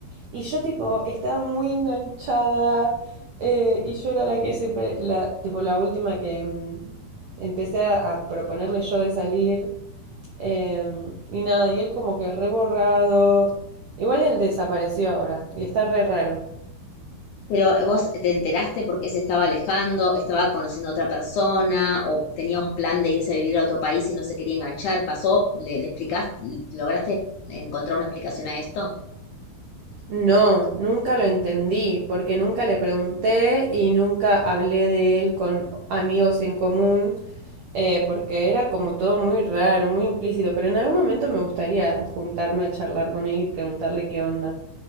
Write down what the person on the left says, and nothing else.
Pero vos te enteraste porque se estaba alejando, estaba conociendo a otra persona o tenía un plan de irse a vivir a otro país y no se quería enganchar. ¿Pasó? ¿Le, le explicaste? ¿Lograste encontrar una explicación a esto?